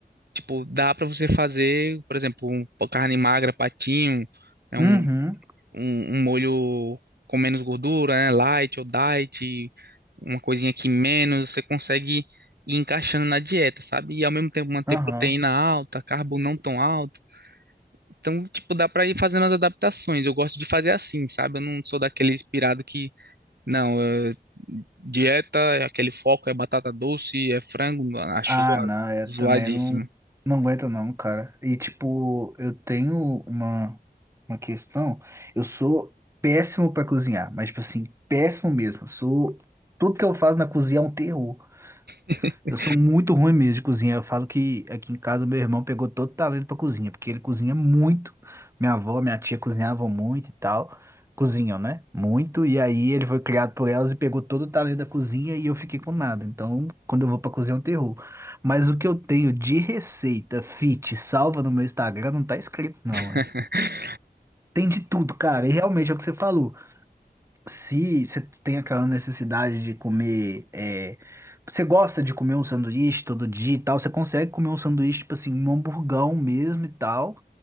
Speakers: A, on the right; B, on the right.
A: Tipo, dá pra você fazer, por exemplo, um- uma carne magra, patinho, né,
B: Uhum.
A: um um, um molho com menos gordura, né? Light ou diet, uma coisinha que menos, você consegue ir encaixando na dieta, sabe? E ao mesmo tempo manter
B: Aham.
A: proteína alta, carbo não tão alto. Então, tipo, dá pra ir fazendo as adaptações. Eu gosto de fazer assim, sabe? Eu não sou daquele inspirado que, não, eh, dieta, é aquele foco é batata doce, é frango, acho
B: Ah,
A: zoado,
B: não, eu
A: zoadíssimo.
B: também não, não aguento não, cara. E tipo, eu tenho uma, uma questão. Eu sou péssimo pra cozinhar, mas tipo assim, péssimo mesmo. Sou, tudo que eu faço na cozinha é um terror.
A: Hum.
B: Eu sou muito ruim mesmo de cozinha. Eu falo que aqui em casa meu irmão pegou todo o talento pra cozinha, porque ele cozinha muito. Minha avó, minha tia cozinhavam muito e tal. Cozinham, né? Muito. E aí ele foi criado por elas e pegou todo o talento da cozinha e eu fiquei com nada. Então, quando eu vou pra cozinha, é um terror. Mas o que eu tenho de receita fit salva no meu Instagram não tá escrito, não,
A: <laughs>
B: hein? Tem de tudo, cara. E realmente é o que você falou. Se você tem aquela necessidade de comer, é, você gosta de comer um sanduíche todo dia e tal, você consegue comer um sanduíche, tipo assim, um hamburgão mesmo e tal,